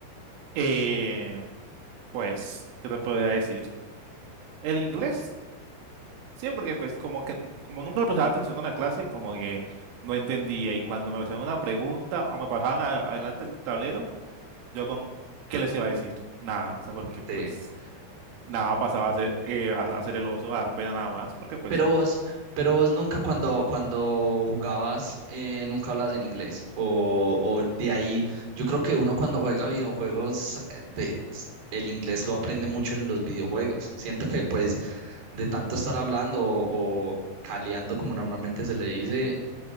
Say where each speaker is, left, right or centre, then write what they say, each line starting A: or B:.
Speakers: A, on the right; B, on the right.
A: Eh, pues, ¿qué te podría decir? El inglés, sí, porque pues como que como nunca le prestaba atención a la clase, como que no entendía y cuando me hacían una pregunta o me pasaban a- adelante el tablero, yo con ¿qué les iba a decir? Nada, o sea, porque pues
B: Sí.
A: nada pasaba a ser, eh, a, a ser el oso, a dar pena nada más, porque pues,
B: Pero vos, pero vos nunca cuando, cuando jugabas, eh, nunca hablabas en inglés. O, o de ahí, yo creo que uno cuando juega videojuegos, eh, de, el inglés lo aprende mucho en los videojuegos. Siento que pues de tanto estar hablando o, o caleando, como normalmente se le dice,